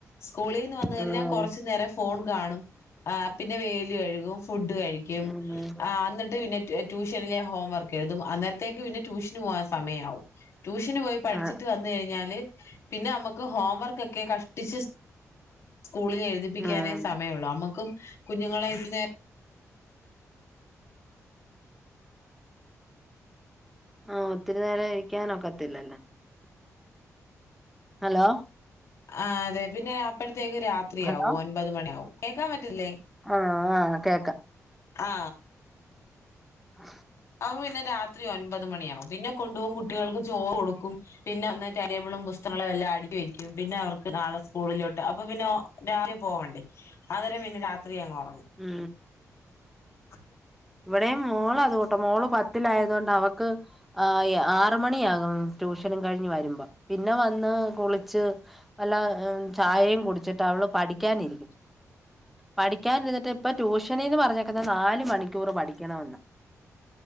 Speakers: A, on the left; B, in the centre.
A: സ്കൂളിന്ന് വന്ന
B: ഉം
A: കഴിഞ്ഞാൽ കൊറച്ചു നേരം ഫോൺ കാണും. ആ പിന്നെ വേൽ കഴുകും ഫുഡ് കഴിക്കും
B: ഉം
A: ആ എന്നിട്ട്ന്ന ട്യൂഷനിലെ ഹോം വർക്ക് എഴുതും അന്നേരത്തേക്ക് പിന്നെ ട്യൂഷന് പോവാൻ സമയാവും ട്യൂഷന് പോയി പഠിച്ചിട്ട്
B: ആഹ്
A: വന്ന കഴിഞ്ഞാല് പിന്നെ അമ്മുക്ക് <unintelligible> ഹോംവർക്കൊക്കെ കഷ്ടിച്ച് <inaudible> സ്കൂളിൽ എഴുതിപ്പിക്കാനേ
B: ഉം
A: സമയമള്ളു അമ്മുക്കും കുഞ്ഞുങ്ങളൊയി നേര
B: ആ ഒത്തിരി നേരം ഇരിക്കാനൊക്കത്തില്ലല്ലോ ഹലോ
A: ആഹ് അതെ പിന്നെ അപ്പഴത്തെ <inaudible> ത്തേക്ക് രാത്രിയാവും
B: ഹലോ
A: ഒൻപത് മണിയ ആവും കേക്കാൻ പറ്റില്ലേ
B: ആഹ് ആഹ് കേക്കാം
A: ആ
B: ഹ
A: പിന്നെ രാത്രി ഒൻപത് മണിയകും പിന്നെ കൊണ്ടുപോകും കുട്ടികൾക്ക് ചോറ് കൊടുക്കും പിന്നെ ഒന്ന് ടൈംടേബിളും പുസ്തകങ്ങളും എല്ലാം അടുക്കി വെക്കും പിന്നെ അവർക്ക് നാളെ സ്കൂളിലോട്ട് അപ്പൊ പിന്നെ പോവണ്ടേ അന്നേരം പിന്നെ രാത്രി അങ്ങോട്ട
B: ഉം
A: <unintelligible>
B: ഇവിടെയും മോള് അത് കൊണ്ട് മോള് പത്തിലായത് കൊണ്ട് അവക്ക് ആ ആറ് മണിയാകും ട്യൂഷനും കഴിഞ്ഞ് വരുമ്പോ പിന്നെ വന്ന് കുളിച്ച് വല്ല ചായയും കുടിച്ചിട്ട്, അവള്. പഠിക്കാനിരിക്കും
A: <unintelligible>
B: പഠിക്കാനിരിട്ട് ഇപ്പൊ ട്യൂഷനീന്ന് പറഞ്ഞേക്കുന്ന നാലു മണിക്കൂ മണിക്കൂർ പഠിക്കണമെന്ന്